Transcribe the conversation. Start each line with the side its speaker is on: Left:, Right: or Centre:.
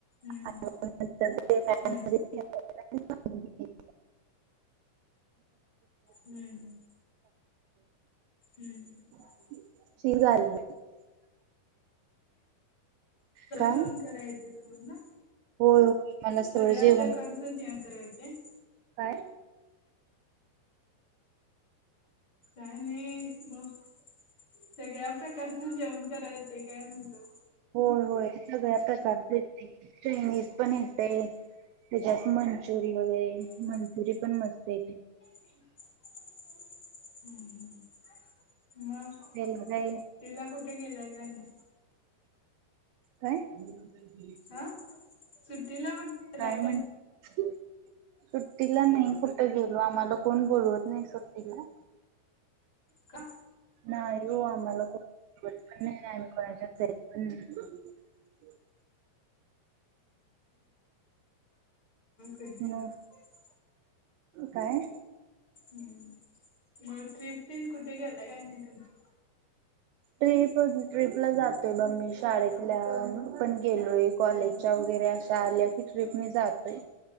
Left: हम्म
Right: आणी नंतर ते प्यान
Left: हम्म
Right: मधे ठेवायला घ्यायचं ह <unintelligible>
Left: हम्म. हम्म.
Right: शक <unintelligible> काय
Left: जावून कराय येतय तुम्हाना?
Right: होय. मला सगळं
Left: सगळ्या
Right: जेवण
Left: प्रकारचे जेवण कराय येतय.
Right: काय?
Left: काय नाही मग. सगळ्या प्रकारच जेवण कराय येतय काय म्हणलो?
Right: होय-होय सगळ्या प्रकारचे येतंय, चायनीज पण येतंय त्याच्यात मंचुरी वगैरे,
Left: हम्म
Right: मंचुरी पण मस्त येतंय.
Left: हम्म, हम्, मग.
Right: त्याला काय
Left: तिला कुठे गेलाय का नाही.
Right: काय-काय
Left: हा सुट्टीला कुठे गेलाय
Right: म्हण
Left: का नाही
Right: हम्म. सुट्टीला नाही कुठं गेलो, आम्हाला कोण बोलवत नाही सुट्टीला.
Left: का
Right: नाही हो आम्हाला कोण बोलवत पण नाही, आणि आम्ही कोणाच्या जात पण नाही.
Left: सध्याला
Right: नाही
Left: <unintelligible>
Right: काय?
Left: हम्म मग ट्रीप तेन कुठे गेला काय नाही तुम्ही?
Right: ट्रीप ट्रीपला जातोय बघ मी. शाळेतल्या पण गेलोय कॉलेजच्या वगैरे अशा आल्या की ट्रीप मी जा तोय